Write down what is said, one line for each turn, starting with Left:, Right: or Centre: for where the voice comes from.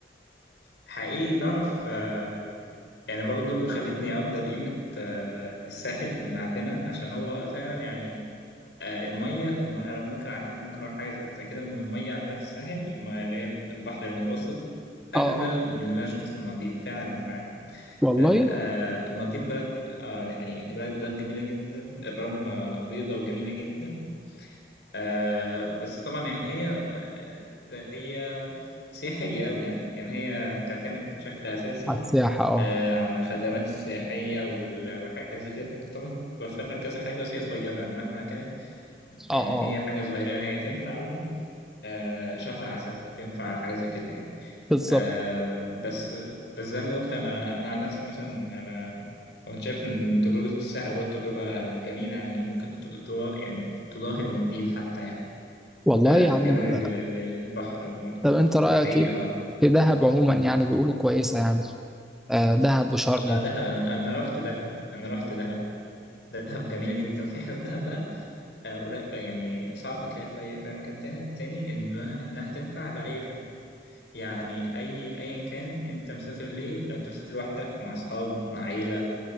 Left: حقيقي تعرف آه، يعني برضو خلتني أقدر قيمة آه، الساحل من عندنا عشان هو فعلا يعني آه، المية الم... أنا ممكن حتى ممكن أقول حاجة زي زي كده إن المية عندنا في الساحل الم- اللي هي الم- البحر المتوسط أجمل
Centre: اه اه
Left: من اللي أنا شفته في المالديف فعلا فعلا
Centre: والله
Left: بلد- آه، المالديف بلد آه دي حقيقة بلد بلد جميلة جدا الرملة بيضة وجميلة جدا آه بس طبعا هي آه، زي هي سياحية أوي يعني يعني هي بتعتمد بشكل أساسي
Centre: على السياحه اه
Left: آه، عن خدمات السياحية وال- والحاجات زي كده فأنت طبعا بتوفر لك كذا حاجة بس هي صغيرة يعني مهما كانت يعني
Centre: اه اه
Left: هي حاجة صغيرة يعني هي تنفع أوي آه، شهر عسل تنفع حاجة زي كده يعني
Centre: بالظبط
Left: آه، بس بس زي ما قلت أنا أنا عن نفسي مثلا أنا كنت شايف إن تجربة الساحل برضه تجربة جميلة يعني ممكن ت- تو- يعني تضاهي المالديف حتى يعني
Centre: والله
Left: ف- في
Centre: يعني
Left: جمال
Centre: انت
Left: ال- ال- البحر وال-
Centre: طب انت رايك
Left: الحقيقة
Centre: ايه
Left: اه
Centre: في دهب عموما يعني بيقولوا كويسه يعني آه دهب وشرم
Left: آه، دهب أنا أنا رحت دهب أنا رحت دهب دهب جميلة جدا في حاجة في دهب بقى آه، قليل- آه، يعني صعب تلاقيها في أي في أي مكان تا- تاني إنها إنها تنفع لأي حد يعني أي أيا كان أنت مسافر ليه لو أنت مسافر لوحدك مع أصحاب مع عيلة